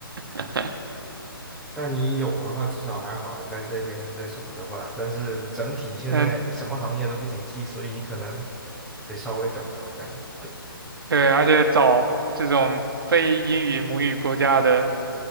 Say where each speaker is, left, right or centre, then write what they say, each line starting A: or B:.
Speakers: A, on the right; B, in the centre.
A: <laughs>
B: 那你有的话至少还好啊，在这边那什么的话，但是整体现在什么行业都不景气，
A: 嗯，
B: 所以你可能得稍微等啊，我感觉。
A: 对，而且找这种非英语母语国家的，